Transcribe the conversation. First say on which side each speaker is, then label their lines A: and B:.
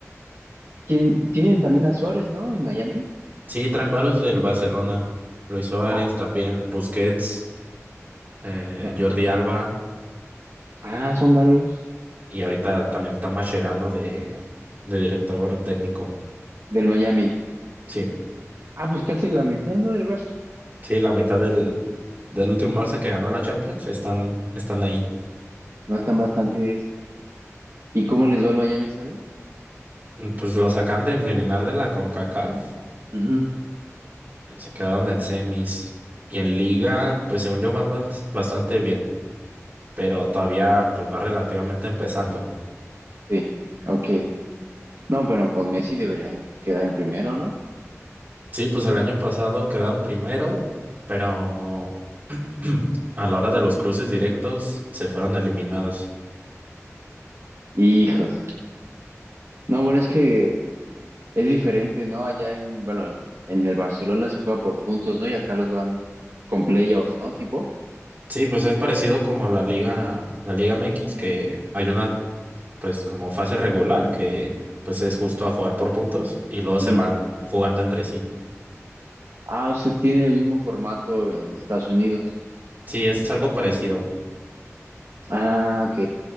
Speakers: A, on the right; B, on the right.
A: ¿Quién, tienen también a Suárez, ¿no? En Miami.
B: Sí, traen varios del Barcelona. Luis Suárez,
A: Ah,
B: también Busquets, eh,
A: no.
B: Jordi Alba,
A: Ah, son varios
B: y ahorita también está Mascherano de, de director técnico.
A: del Miami.
B: Sí,
A: Ah, pues casi la mitad, ¿no? Del Barça.
B: sí, la mitad del, del último Barça que ganó la Champions, están, están ahí.
A: No están bastantes. ¿Y cómo les va al Miami, sabes?
B: Pues los acaban de eliminar de la CONCACAF,
A: Ujú.
B: se quedaron en semis. Y en Liga, pues según yo van bas- bastante bien, pero todavía pues va relativamente empezando.
A: Sí, ok. No, pero con Messi deberían quedar en primero, ¿no?
B: Sí, pues el año pasado quedaron primero, pero <clears throat> a la hora de los cruces directos se fueron eliminados.
A: Hijos. No, bueno, es que Es diferente, ¿no? Allá en, bueno, en, en el Barcelona se juega por puntos, ¿no? Y acá los van con playoffs, ¿no? Tipo.
B: Sí, pues es parecido como la Liga, la Liga MX, que hay una pues como fase regular, que pues es justo a jugar por puntos y luego
A: Ujú.
B: se van jugando entre sí.
A: Ah, o sea, tiene el mismo formato en Estados Unidos.
B: Sí, es algo parecido.
A: Ah, ok.